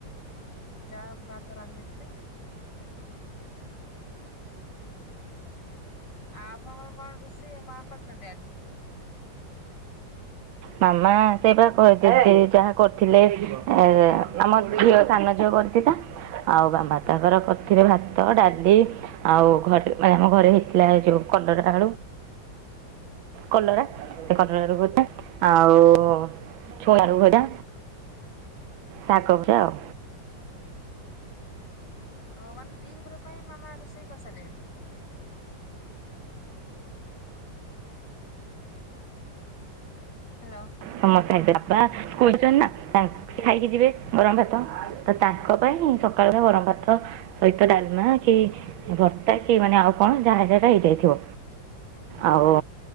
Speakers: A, on the left (about 60°); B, on the right (about 80°).
A: ଯାହା ହଉ ଭାତ ରାନ୍ଧି ଦେଇଥିଲି। ଆଉ ଆପଣଙ୍କର କଣ ରୁଷେଇ ମା କରିଛନ୍ତି ଆଜି?
B: ମାମା ସେ ତ ଶୋଇଛନ୍ତି ଯାହା କରିଥିଲେ ଏ ଆମ ଝିଅ ସାନ ଝିଅ କରିଥିଲା। ଆଉ ବା-ଭାତ କର କରିଥିଲେ ଭାତ ଡାଲି। ଆଉ ଘରେ ମାନେ ଆମ ଘରେ ହେଇଥିଲା ଏଇ ଯୋଉ କଲରା ଆଳୁ। କଲରା ସେ କଲରା ର ଭୋତା। ଆଉ ଛୁଇଁ ଆଳୁ ଭଜା ଶାଗଭଜା ଆଉ।
A: ଓ ମାନେ ଦିପର ପାଇଁ ମାମା ରୁଷେଇ କରିସାରିଲେଣି। ହ୍ୟାଲୋ।
B: ସମସ୍ତେ ଏବେ ବାପା ଶୋଇଛନ୍ତି ନା ତାଙ୍କେ ଖାଇକି ଯିବେ ଗରମ ଭାତ। ତ ତାଙ୍କ ପାଇଁ ମୁଁ ସକାଳର ଗରମ ଭାତ ସହିତ ଡାଲମା କି ଭର୍ତା କି ମାନେ ଆଉ କଣ ଯାହା ଯେଗା ହେଇଯାଇଥିବ। ଆଉ।